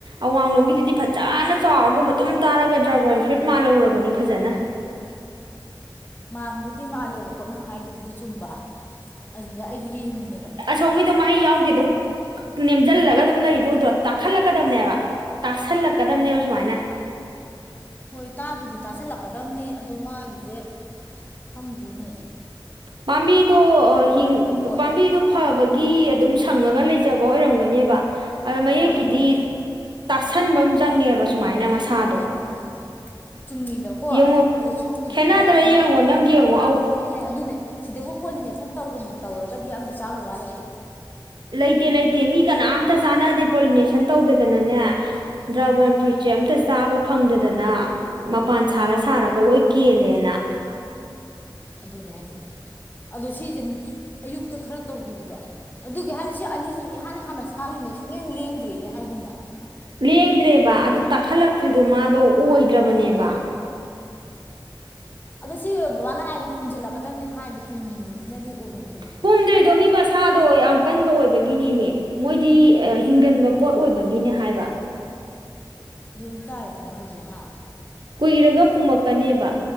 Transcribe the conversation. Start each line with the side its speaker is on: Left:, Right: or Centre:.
Right: ꯑꯋꯥꯡꯂꯣꯝꯒꯤꯗꯨꯗꯤ ꯐꯖꯅ ꯆꯥꯎꯔꯒ ꯃꯇꯨꯝ ꯇꯥꯔꯒ ꯗ꯭ꯔꯥꯒꯣꯟ ꯐ꯭ꯔꯨꯏꯠ ꯃꯥ ꯂꯧꯔꯕꯅꯤ ꯐꯖꯅ
Left: ꯃꯥꯟꯕꯨꯗꯤ ꯃꯥꯜꯂꯦꯕꯀꯣ ꯅꯪ ꯍꯥꯏꯗꯨꯕꯨꯗꯤ ꯆꯨꯝꯕ ꯑꯗꯨꯗ ꯑꯩꯗꯤ ꯌꯦꯡꯉꯤꯅꯦꯕ
Right: ꯁꯣꯝꯒꯤꯗꯣ ꯃꯍꯩ ꯌꯥꯎꯗꯦ ꯑꯗꯨꯝ ꯅꯦꯝꯁꯤꯜꯂꯒ ꯑꯗꯨꯝ ꯂꯩꯗꯨꯗꯨ꯭ꯔꯣ ꯇꯥꯈꯠꯂꯛꯀꯗꯝꯕꯅꯦꯕ ꯇꯥꯁꯜꯂꯛꯀꯗꯕꯅꯦꯕ ꯁꯨꯃꯥꯏꯅ
Left: ꯍꯣꯏ ꯇꯥꯕꯨꯗꯤ ꯇꯥꯁꯜꯂꯛꯀꯗꯕꯅꯤ ꯑꯗꯣ ꯃꯥꯒꯤꯁꯦ ꯈꯪꯗꯅꯦ
Right: ꯄꯝꯕꯤꯗꯨ ꯍꯤꯡ
Left: ꯍꯣꯏ
Right: ꯄꯝꯕꯤꯗꯨ ꯐꯕꯒꯤ ꯑꯗꯨꯝ ꯁꯪꯉꯒ ꯂꯩꯖꯕ ꯑꯣꯏꯔꯝꯒꯅꯦꯕ ꯑꯗ ꯃꯌꯦꯛꯀꯤꯗꯤ
Left: ꯍꯣꯏ ꯑꯗꯨꯕꯨꯗꯤ
Right: ꯇꯥꯁꯟꯕ ꯑꯃ ꯆꯪꯉꯦꯕ ꯁꯨꯃꯥꯏꯅ
Left: ꯇꯥꯁꯟꯕ
Right: ꯃꯁꯥꯗꯣ
Left: ꯑꯃ ꯆꯪꯉꯦ ꯑꯗꯨꯕꯨꯗꯤ ꯆꯨꯝꯃꯤꯗꯀꯣ
Right: ꯌꯦꯡꯉꯣ
Left: ꯑꯗꯣ ꯁꯣꯝꯒꯤꯁꯦ
Right: ꯈꯦꯠꯅꯗ꯭ꯔꯥ
Left: ꯍꯣꯏ ꯁꯨꯃꯥꯏꯅ
Right: ꯌꯦꯡꯉꯣ ꯅꯪ
Left: ꯈꯦꯠꯅꯩ
Right: ꯌꯦꯡꯉꯣ
Left: ꯇꯃꯥꯗꯕꯁꯨ
Right: ꯑꯧ
Left: ꯈꯦꯠꯅꯩ ꯑꯗꯨꯅꯦ ꯑꯗꯨꯕꯨ ꯄꯣꯂꯤꯅꯦꯁꯟ ꯇꯧꯗꯅ ꯇꯧꯔꯒꯗꯤ ꯑꯗꯤ ꯆꯥꯕꯩ ꯋꯥ ꯂꯩꯇꯦ
Right: ꯂꯩꯇꯦ ꯂꯩꯇꯦ ꯃꯤ ꯀꯅꯥꯝꯇ ꯆꯥꯟꯅꯗꯦ ꯄꯣꯂꯤꯅꯦꯁꯟ ꯇꯧꯗꯗꯅꯅꯦ
Left: ꯎꯝ
Right: ꯗ꯭ꯔꯥꯒꯣꯟ ꯐ꯭ꯔꯨꯏꯠ ꯁꯦ ꯑꯃꯝꯇ ꯆꯥꯕ ꯐꯪꯗꯗꯅ ꯃꯄꯥꯟ ꯁꯥꯂ ꯁꯥꯔꯒ ꯂꯣꯏ ꯀꯦꯜꯂꯦꯅ
Left: ꯑꯗꯨꯅꯦ ꯍꯥꯏꯁꯦ ꯑꯗꯣ ꯁꯤꯁꯦ ꯑꯌꯨꯛꯇ ꯈꯔ ꯇꯧꯈꯤꯕꯗꯣ ꯑꯗꯨꯒꯤ ꯍꯥꯏꯅꯗꯤ ꯁꯤ ꯑꯅꯤꯁꯤꯅ ꯏꯍꯥꯟ ꯍꯥꯟꯅ ꯁꯥꯠꯂꯤꯅꯦ ꯁꯨꯡꯌꯦꯡ ꯂꯦꯡꯗ꯭ꯔꯦꯅꯦ ꯍꯥꯏꯕꯨꯝꯅ
Right: ꯂꯦꯡꯗ꯭ꯔꯦꯕ ꯑꯗꯨ ꯇꯥꯈꯠꯂꯛꯇ꯭ꯔꯤꯗꯣ ꯃꯥꯗꯣ ꯑꯣꯏꯗ꯭ꯔꯕꯅꯦꯕ
Left: ꯑꯥ ꯑꯗꯣ ꯁꯤ ꯕꯕꯥꯅ ꯍꯥꯏꯅ ꯄꯨꯨꯝꯁꯤꯜꯂꯛꯀꯗꯕꯅꯤ ꯍꯥꯏꯕꯗꯤ ꯄꯨꯨꯝꯗ꯭ꯔꯤꯁꯤꯅꯗꯤ ꯑꯣꯏꯕꯅꯤ
Right: ꯄꯨꯝꯗ꯭ꯔꯤꯗꯣ ꯃꯤ ꯃꯁꯥ ꯑꯗꯣ ꯌꯥꯝ ꯀꯟꯕ ꯑꯣꯏꯕꯒꯤꯅꯦ ꯃꯤ ꯃꯣꯏꯗꯤ ꯍꯤꯡꯒꯟꯕ ꯄꯣꯠ ꯑꯣꯏꯕꯒꯤꯅꯦ ꯍꯥꯏꯕ
Left: ꯌꯦꯡ ꯇꯥꯔꯗꯅ ꯑꯗꯨꯗꯤ ꯑꯍꯥ
Right: ꯀꯨꯏꯔꯒ ꯄꯨꯝꯃꯛꯀꯅꯦꯕ